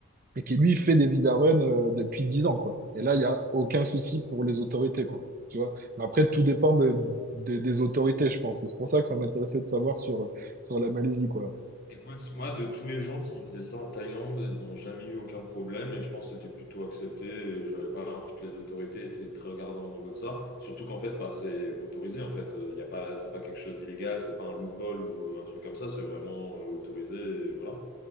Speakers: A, on the right; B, on the left.
A: et qui lui fait des vidaruns euh, depuis 10 ans, quoi. Et là, il n'y a aucun souci pour les autorités, quoi. Tu vois? Mais après, tout dépend de- des des autorités, je pense. Et C'est pour ça que ça m'intéressait de savoir sur, sur la Malaisie, quoi.
B: Écoute, moi, c- moi, de tous les gens qui faisaient ça en Thaïlande, ils n'ont jamais eu aucun problème et je pense que c'était plutôt accepté. et J'avais pas l'impression que les autorités étaient très regardantes au niveau de ça. Surtout qu'en fait, bah, c'est autorisé. En fait, euh, il y a pas, c'est pas quelque chose d'illégal, c'est pas un loophole ou un truc comme ça. C'est vraiment euh, autorisé. et voilà.